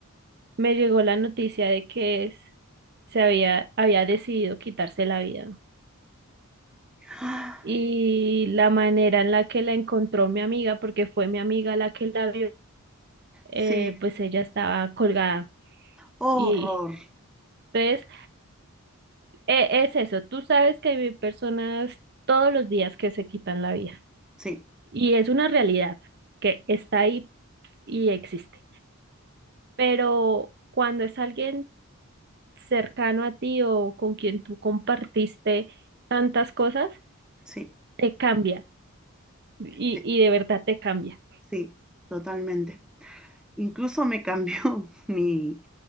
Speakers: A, on the right; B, in the centre.
A: me llegó la noticia de que s- se había, había decidido quitarse la vida.
B: ¡Ah!
A: Y la manera en la que la encontró mi amiga, porque fue mi amiga la que la vio eh,
B: Sí.
A: pues ella estaba colgada.
B: Horror.
A: Y entonces, eh, es eso, tú sabes que hay personas todos los días que se quitan la vida
B: Sí,
A: y es una realidad que está ahí y existe. Pero cuando es alguien cercano a ti o con quien tú compartiste tantas cosas,
B: sí,
A: te cambia y,
B: sí,
A: y de verdad te cambia.
B: sí, totalmente. Incluso me cambió <laughs> mi,